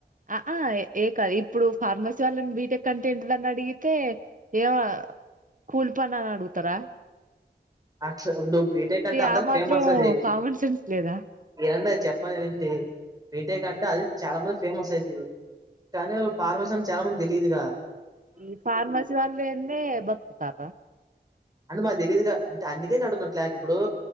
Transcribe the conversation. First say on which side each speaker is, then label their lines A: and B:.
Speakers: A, on the right (about 50°); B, on the right (about 20°).
A: ఆ ఆ ఏ కాదు ఇప్పుడు ఫార్మసీ వాళ్ళని బీటెక్ అంటే ఏంటిదని అడిగితే ఏమో కూలిపని అని అడుగుతార
B: అట్లు ఉండు బీటెక్ అంటే అందరు
A: ఆ మాత్రం
B: ఫేమస్ అది
A: కామన్ సెన్స్ లేదా
B: ఏం చెప్పను వినండి బీటెక్ అంటే అది చాలా మంది ఫేమస్ అయితుంది కానీ ఫార్మసి చాలా మందికి తెలిదుగా
A: ఈ ఫార్మసి వాళ్ళు లేనిదే బతుకుతారా
B: అంటే మాకు తెలీయదుగా అంటే అందుకే అడుగుతున్నా క్లారిటీ ఇప్పుడు